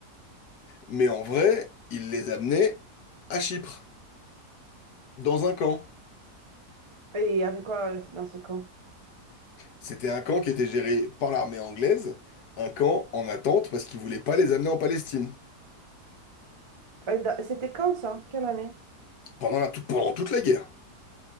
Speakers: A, on the left; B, on the right.
A: Mais en vrai, il les amenait à Chypre, dans un camp.
B: euh, Et il y avait quoi euh, dans ce camp?
A: C'était un camp qui était géré par l'armée anglaise, un camp en attente parce qu'ils voulaient pas les amener en Palestine.
B: Euh, da- C'était quand, ça? Quelle année?
A: Pendant la, tout- pendant toute la guerre.